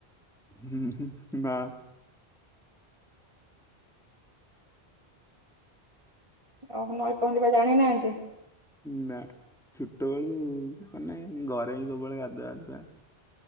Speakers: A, in the centre; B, on the right (about 30°).
A: ହୁଁ ହୁଁ ନା
B: ଓହୋ ନିଈ ପହଁରା ଜାଣିନାହାନ୍ତି?
A: ନା ଛୋଟବେେଳୁ ମାନେ ଘରେ ହିଁ ସବୁବେଳେ ଗାଧୁଆ ଫଧୁଆ